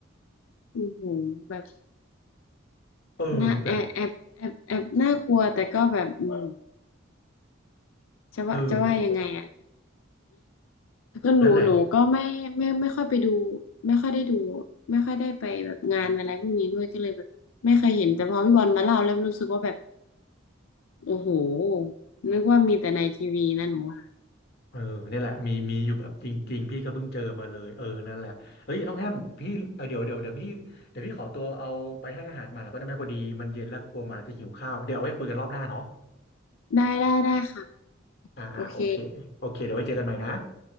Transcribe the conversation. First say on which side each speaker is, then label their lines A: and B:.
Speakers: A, on the left (about 85°); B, on the left (about 55°).
A: โอ้โหแบบ
B: เออแบบ
A: น่าแอบแอบแอบแอบน่ากลัวแต่ก็แบบอืมจะว่าจะว่ายังไงอ่ะ
B: เออ
A: ก็หนูหนูก็ไม่ไม่ไม่ค่อยไปดู
B: นั่นแหละ
A: ไม่ค่อยได้ดูไม่ค่อยได้ไปแบบงานอะไรพวกนี้ด้วยก็เลยแบบไม่เคยเห็นแต่พอพี่บอลมาเล่าแล้วรู้สึกว่าแบบโอ้โหนึกว่ามีแต่ในทีวีนะหนูว่า
B: เออเนี่ยแหละมีมีอยู่แบบจริงๆพี่ก็เพิ่งเจอมาเลยเออนั่นแหละเฮ้ยน้องแอมพี่เออเดี๋ยวเดี๋ยวเดี๋ยวพี่เดี๋ยวพี่ขอตัวเอาไปให้อาหารหมาก็ได้ไหมพอดีมันเย็นแล้วกลัวหมาจะหิวข้าวเดี๋ยวเอาไว้คุยกันรอบหน้าเนาะ
A: ได้ได้ได้ค่ะ
B: อ่าอ่าโอเคโอเคเดี๋ยวไว้เจอกันใหม่นะ
A: โอเค